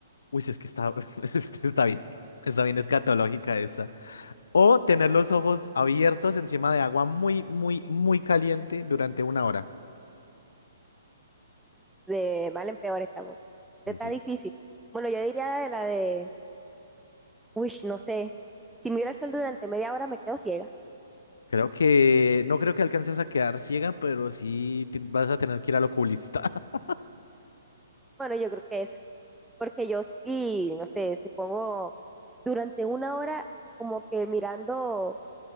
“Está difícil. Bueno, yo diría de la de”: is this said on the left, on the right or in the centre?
Centre